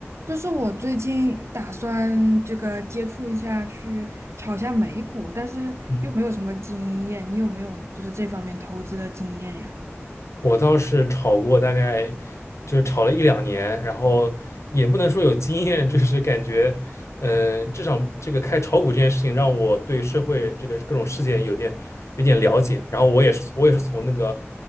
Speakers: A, on the right; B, on the left.
A: 就是我最近打算这个接触一下，去炒一下美股，但是又没有什么经验。
B: 嗯，
A: 你有没有就是这方面投资的经验呀？
B: 我倒是炒过，大概就是炒了一两年，然后也不能说有经验，就是感觉，嗯、至少这个开炒股这件事情让我对社会这个各种事件有点有点了解。然后我也是我也是从那个